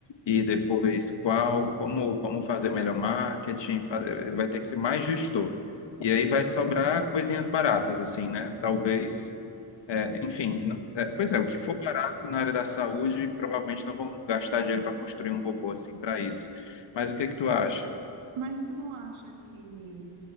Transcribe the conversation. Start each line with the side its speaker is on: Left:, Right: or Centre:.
Left: e depois qual, como, como fazer o melhor marketing. fa- Ele vai ter que ser mais gestor. E aí vai sobrar coisinhas baratas, assim, né? Talvez, é, enfim, não- é, pois é, o que for barato na área da saúde, provavelmente não vão gastar dinheiro para construir um robô assim para isso. Mas o que que tu acha?
Right: Mas tu não acha que